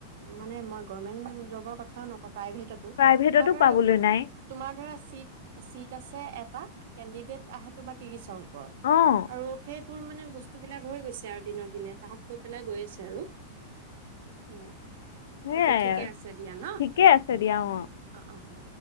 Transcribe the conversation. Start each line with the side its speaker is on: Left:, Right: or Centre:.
Right: মানে গৰমেণ্ট জবৰ কথাও নকয়। প্ৰাইভেটতো
Left: প্ৰাইভেটতো
Right: তোমাৰ ধৰা
Left: পাবলৈ নাই
Right: তোমাৰ ধৰা চিট চিট আছে। কেনডিডেট আহে তোমাৰ ত্ৰিশৰ ওপৰত
Left: অঁ
Right: আৰু সেই সেইবোৰ মানে বস্তুবিলাক হৈ গৈছে আৰু দিনক দিনে টাফ হৈ পেলাই গৈ আছে আৰু উম
Left: সেয়াই
Right: বাকী ঠিকে
Left: আৰু
Right: আছে দিয়া ন
Left: ঠিকে আছে দিয়া অঁ
Right: অ অ হ'ব।